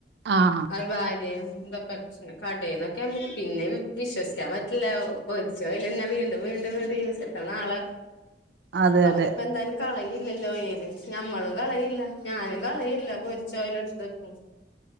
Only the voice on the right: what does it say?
ആഹ്
അതെ
അതെ